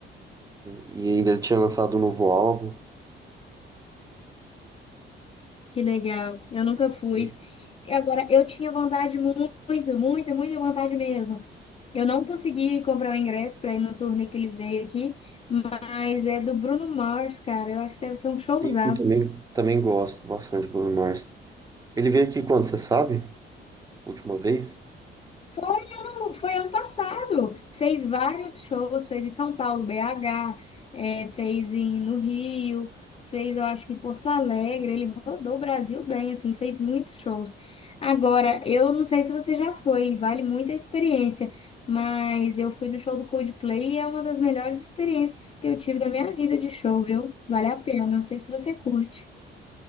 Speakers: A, on the right; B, on the left.
A: E ainda ele tinha lançado um novo álbum.
B: Que legal, eu nunca fui.
A: E
B: E agora, eu tinha vontade, muito, muito, muita muita vontade mesmo. Eu não consegui comprar o ingresso para ir no turnê que ele veio aqui, mas é do Bruno Mars, cara. Eu acho que deve ser um showzaço.
A: sim, eu também, também gosto bastante do Bruno Mars. Ele veio aqui quando, você sabe? Última vez?
B: Foi ano, foi ano passado. Fez vários shows, fez em São Paulo, BH, eh, fez em, no Rio, fez, eu acho que em Porto Alegre. Ele rodou o Brasil bem, assim, fez muitos shows. Agora, eu não sei se você já foi, vale muito a experiência, mas eu fui no show do Coldplay e é uma das melhores experiências que eu tive da minha vida de show, viu? Vale a pena, não sei se você curte.